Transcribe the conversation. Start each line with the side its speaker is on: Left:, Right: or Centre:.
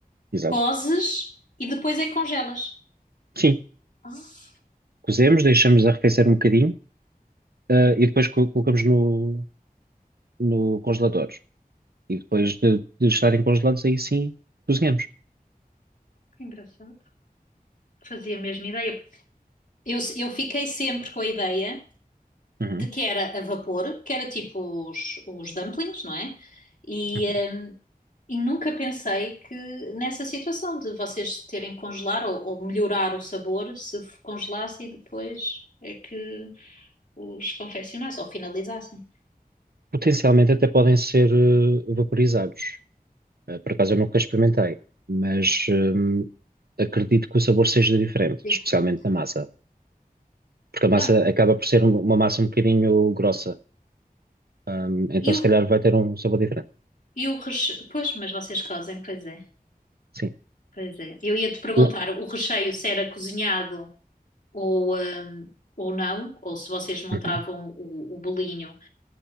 Right: exato.
Left: Cozes e depois é que congelas.
Right: Sim,
Left: Ah,
Right: cozemos, deixamos arrefecer um bocadinho, ah, e depois co- colocamos no, no congelador. E depois de, de estarem congelados, aí sim cozinhamos.
Left: que engraçado. Fazia a mesma ideia. Eu, eu fiquei sempre com a ideia.
Right: Uhum,
Left: de que era a vapor, que era tipo os, os dumplings, não é? E,
Right: uhum.
Left: hum, e nunca pensei que nessa situação de vocês terem que congelar ou, ou melhorar o sabor se f- congelasse e depois é que os confeccionassem ou finalizassem.
Right: Potencialmente até podem ser eh, vaporizados. Eh, Por acaso eu nunca experimentei, mas hum, acredito que o sabor seja diferente,
Left: Diferente.
Right: especialmente na massa, porque a
Left: Ah,
Right: massa acaba por ser um- uma massa um bocadinho grossa, Hum, então
Left: e o,
Right: se calhar vai ter um sabor diferente.
Left: e o recheio. Pois, mas vocês cozem, pois é.
Right: Sim.
Left: Pois é. Eu ia te perguntar
Right: O-
Left: o recheio se era cozinhado ou, hum, ou não, ou se vocês montavam
Right: Uhum.
Left: o, o bolinho